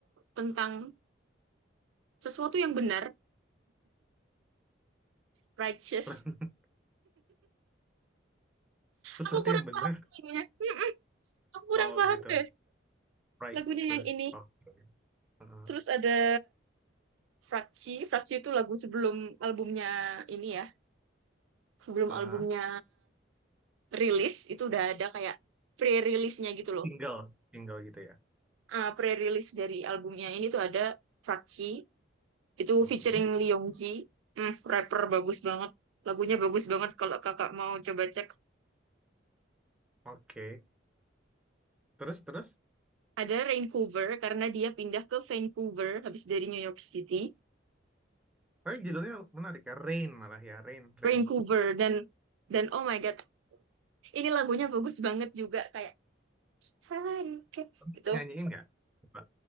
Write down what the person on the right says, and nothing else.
tentang sesuatu yang benar, righteous.
Aku kurang
paham lagunya. Mm-mm. Aku kurang
paham
deh
lagunya
yang ini.
Terus ada Frakci, Frakci itu lagu sebelum albumnya ini ya, sebelum
albumnya rilis itu udah ada kayak pre release nya gitu loh.
Ah, pre release dari albumnya ini tuh ada Frakci, itu
featuring Lee Yong Hmm, rapper bagus banget. Lagunya bagus banget kalau kakak mau coba cek.
Ada Vancouver karena dia pindah ke Vancouver habis dari New York City.
Vancouver dan dan oh my God, ini lagunya bagus banget juga kayak Haruka
gitu